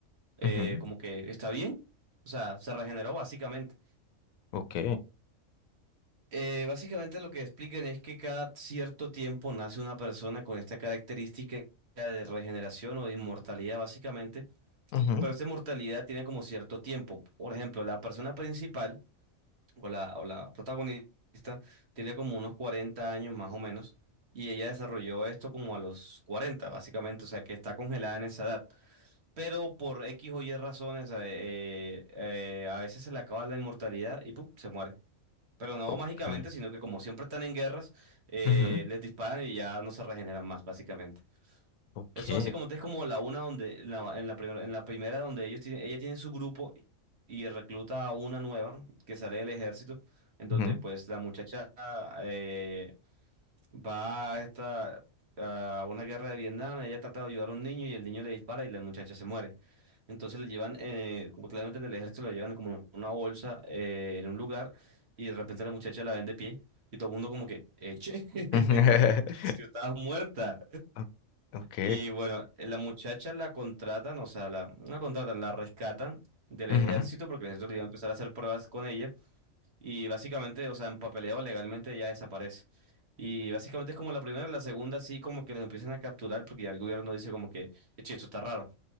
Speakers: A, on the right (about 55°); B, on the left (about 80°).
A: eh,
B: ujú,
A: como que está bien, o sea, se regeneró básicamente.
B: Ok.
A: Eh, básicamente lo que explican es que cada cierto tiempo nace una persona con esta característica de regeneración o de inmortalidad básicamente,
B: ujú,
A: pero esta inmortalidad tiene como cierto tiempo. Por ejemplo, la persona principal o la, o la protagonista tiene como unos 40 años más o menos y ella desarrolló esto como a los 40 básicamente, o sea que está congelada en esa edad. Pero por X o Y razones, eh, eh, eh, a veces se le acaba la inmortalidad y pum, se muere. Pero no
B: Ok.
A: mágicamente, sino que como siempre están en guerras, eh,
B: ujú,
A: les disparan y ya no se regeneran más, básicamente.
B: Ok.
A: Eso así como es como la una donde, la- en la, primer- en la primera donde ellos tienen, ella tiene su grupo y recluta a una nueva que sale del ejército, en donde
B: ujú,
A: pues la muchacha, eh, Va a esta, a una guerra de Vietnam, ella trata de ayudar a un niño y el niño le dispara y la muchacha se muere. Entonces le llevan, eh, como claramente en el ejército, la llevan como en una bolsa eh, en un lugar y de repente la muchacha la ven de pie y todo el mundo como que, eche, <laughs>
B: <laughs> ujú,
A: si tú estabas muerta.
B: Ok. ok,
A: Y bueno, la muchacha la contratan, o sea, la, no la contratan, la rescatan del
B: ujú.
A: ejército porque el ejército le iba a empezar a hacer pruebas con ella. Y básicamente, o sea, en papeleo legalmente ya desaparece. Y básicamente es como la primera, la segunda sí como que los empiezan a capturar porque ya el gobierno dice como que, "Eche, esto está raro.